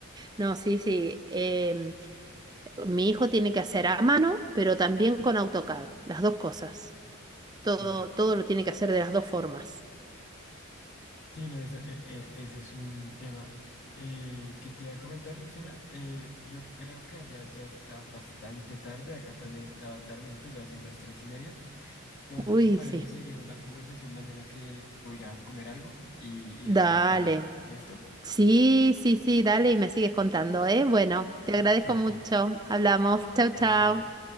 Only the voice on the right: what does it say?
no, sí, sí. em, mi hijo tiene que hacer a mano, pero también con AutoCAD, las dos cosas. Todo,
todo lo tiene que hacer de las dos formas.
Uy,
sí.
Dale.
Sí, sí, sí, dale y me sigues contando, ¿eh? Bueno, te
agradezco
mucho. Hablamos. Chau,
chau.